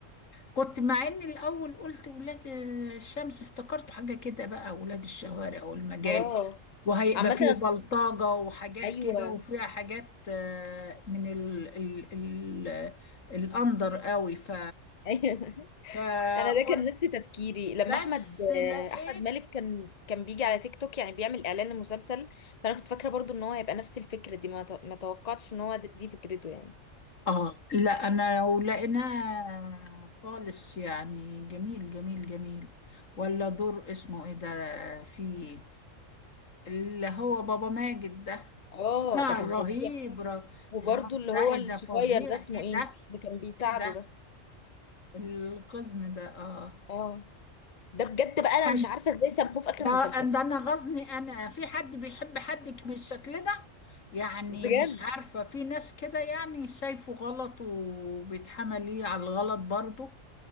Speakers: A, on the left (about 80°); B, on the left (about 40°).
A: كنت مع ان الاول قلت ولاد الشمس افتكرت حاجه كده بقى ولاد الشوارع والمجال
B: اه
A: وهيبقى
B: عامة
A: فيه بلطجه وحاجات
B: ايوه
A: كده
B: <laughs>
A: وفيها حاجات آه، من ال ال ال الاندر قوي ف
B: ايوه
A: فقلت
B: انا ده كان نفس تفكيري لما
A: بس
B: احمد
A: لقيت
B: احمد مالك كان كان بيجي على تيك توك يعني بيعمل اعلان لمسلسل فانا كنت فاكره برضو ان هو هيبقى نفس الفكره دي ما ت- ما توقعتش ان هو د- دي فكرته يعني
A: اه لا انا ولقيناها خالص يعني جميل جميل جميل ولا دور اسمه ايه ده فيه اللي هو بابا ماجد ده
B: اه
A: آه
B: ده كان
A: رهيب
B: فظيع
A: <laughs> ر-
B: وبرضو
A: الراجل
B: اللي
A: ده
B: هو
A: ايه
B: الصغير
A: ده فظيع
B: ده اسمه
A: ايه
B: ايه
A: ده
B: اللي كان بيساعده
A: ايه ده
B: ده
A: القزم ده اه
B: اه ده بجد
A: آه.
B: بقى انا
A: كان
B: مش عارفه ازاي سموه في اخر
A: ده
B: المسلسل
A: ده نغزني انا في حد بيحب حد ك- بالشكل ده يعني
B: بجد
A: مش عارفة في ناس كده يعني شايفه غلط وبيتحمل ليه على الغلط برضه